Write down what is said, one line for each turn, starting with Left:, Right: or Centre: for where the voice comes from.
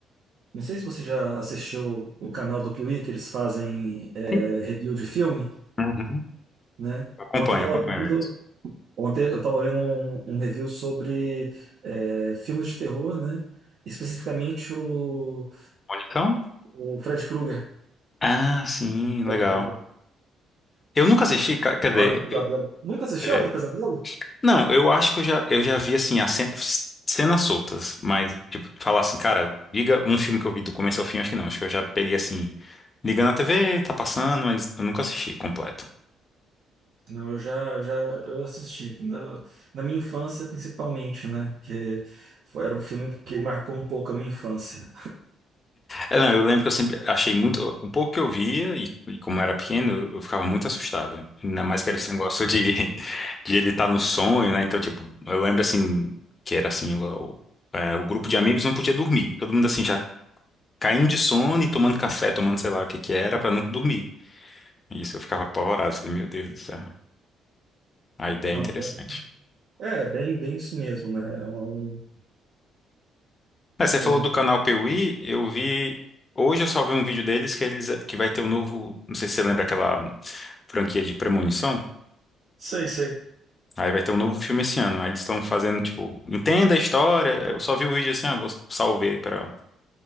Right: Não sei se você já assistiu o canal do Piuí, que eles fazem é,
Left: Sim.
Right: review de filme,
Left: Uhum.
Right: né?
Left: Acompanho,
Right: Ontem eu tava
Left: acompanho
Right: vendo,
Left: eles.
Right: ontem eu tava vendo um, um review sobre é, filmes de terror, né? Especificamente o,
Left: Onde estão?
Right: o Fred Krueger.
Left: Ah, sim,
Right: Fred
Left: legal.
Right: Krueger.
Left: Eu nunca assisti, ca- quer
Right: A
Left: dizer,
Right: Hora do Pesadelo.
Left: eu,
Right: Nunca assisti
Left: é,
Right: a Hora do Pesadelo?
Left: Não, eu acho que eu já, eu já vi, assim, as cen- cenas soltas, mas, tipo, falar assim, cara, diga um filme que eu vi do começo ao fim, acho que não. Acho que eu já peguei, assim, ligando a TV, tá passando, mas eu nunca assisti completo.
Right: Não, eu já, eu já eu assisti. Na, na minha infância, principalmente, né? Que foi, era um filme que marcou um pouco a minha infância.
Left: É, não, eu lembro que eu sempre achei muito. O pouco que eu via, e, e como eu era pequeno, eu, eu ficava muito assustado. Ainda mais que era esse negócio de, <laughs> de ele estar no sonho, né? Então, tipo, eu lembro, assim, que era assim, o, é, o grupo de amigos não podia dormir. Todo mundo, assim, já caindo de sono e tomando café, tomando sei lá o que que era, pra não dormir. E isso eu ficava apavorado. Falei, meu Deus do céu, a ideia
Right: Não,
Left: é interessante.
Right: é é bem, bem isso mesmo, né? É um,
Left: É, você
Right: é
Left: falou
Right: um,
Left: do canal Piuí, eu vi. Hoje eu só vi um vídeo deles que eles que vai ter um novo. Não sei se você lembra aquela franquia de Premonição.
Right: sei, sei.
Left: Aí vai ter um novo filme esse ano. Aí eles estão fazendo, tipo, entenda a história. Eu só vi o vídeo assim, ah, vou salvei para.